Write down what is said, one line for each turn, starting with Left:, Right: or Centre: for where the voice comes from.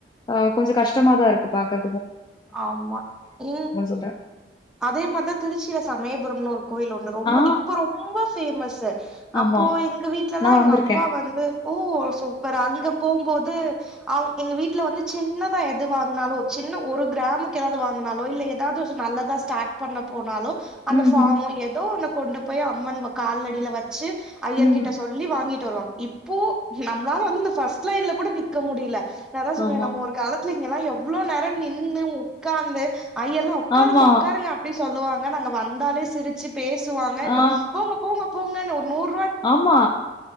Left: ஆஹ் கொஞ்சம் கஷ்டமா தான் இருக்கு பாக்க
Centre: ஆமா இங்
Left: சொல்றே
Centre: அதே மாரிதான் திருச்சியில சமயபுரம்னு ஒரு கோயில் ஒன்னு ரொம்ப
Left: ஆ
Centre: இப்ப ரொம்ப பேமஸு
Left: ஆமா
Centre: அப்போ இங்க வீட்லல்லாம்
Left: நா
Centre: எங்க
Left: வந்திருக்கே
Centre: அப்பா வந்து ஓ சூப்பர் அங்க போம்போது அவுங் எங்க வீட்டுல வந்து சின்னதான் எது வாங்கினாலும் ஒரு சின்ன ஒரு கிராமக்கு ஏதாவது வாங்கினாலோ இல்லலை ஏதாவது நல்லதா ஸ்டார்ட் பண்ண போனாலோ அந்த
Left: ம்
Centre: ஃபார்மோ
Left: ம்
Centre: ஏதோ ஒண்ணு போய் அம்மான் காால்லடில வச் அவ ஐயர்கிட்ட
Left: ம்
Centre: சொல்லி வாங்கிட்டு வருவாங்க இப்போ நம்ளால வந்து இந்த ஃபர்ஸ்ட் லைன்ல கூட நிக்க முடில நான் அதான் சொல்வேன்
Left: ஆமா
Centre: நம்ம ஒரு காலத்து துல இங்களா எவ்ளோ நேரம் நின் ன்னு உக்காந்து ஐயெர்லாம் உக்காருங்க
Left: ஆமா
Centre: உக்காருங்க அப்டி சொல்லுவாங்க நாங்க வந்தாலே சிரிச்சு பேசுவாங்க இப்ப
Left: ஆ
Centre: போங்க போங்க போங்க ஒரு நூறு
Left: ஆமா